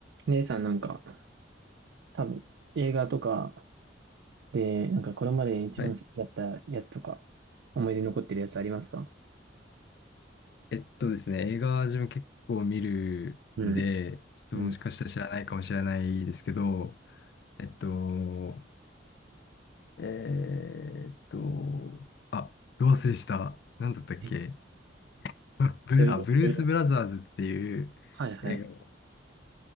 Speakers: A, on the right; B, on the left.
A: 姉さんなんか、多分映画とかで、なんかこれまで一番好きだったやつとか、
B: はい。
A: 思い出に残ってるやつありますか
B: えっとですね、映画は自分結構見るんで、
A: うん、
B: ちょっともしかしたら知らないかもしれないですけど、
A: うん。
B: えっと、えーっと、あ、どう忘れした。なんだったっけ
A: え
B: あ
A: <laughs>
B: <laughs> ブル、
A: そういう、
B: あ、ブルース・
A: そういう。
B: ブラザーズっていう映画。
A: はいはい。